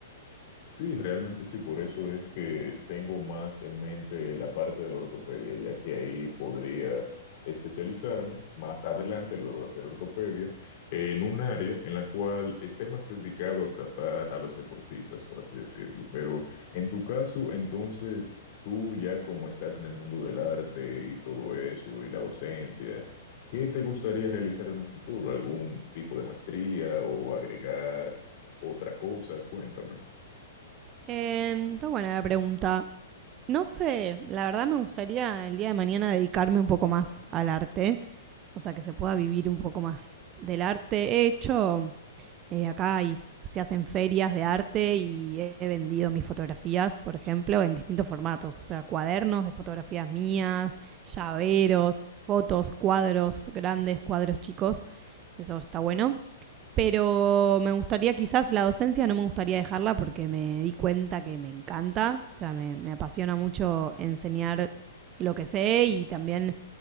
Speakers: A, on the left; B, on the right.
A: Sí, realmente sí, por eso es que tengo más en mente la parte de la ortopedia, ya que ahí podría especializarme más adelante, luego de hacer ortopedia, en un área en la cual esté más dedicado a tratar a los deportistas, por así decirlo. Pero en tu caso, entonces, tú ya como estás en el mundo del arte y todo eso, y la docencia, ¿qué te gustaría realizar en un futuro? ¿Algún tipo de maestría o agregar otra cosa? Cuéntame.
B: Eh, está buena la pregunta. No sé, la verdad me gustaría el día de mañana dedicarme un poco más al arte, o sea, que se pueda vivir un poco más del arte. He hecho eh, acá y se hacen ferias de arte y he vendido mis fotografías, por ejemplo, en distintos formatos, o sea, cuadernos de fotografías mías, llaveros, fotos, cuadros grandes, cuadros chicos, eso está bueno. Pero me gustaría quizás la docencia, no me gustaría dejarla porque me di cuenta que me encanta, o sea, me, me apasiona mucho enseñar lo que sé y también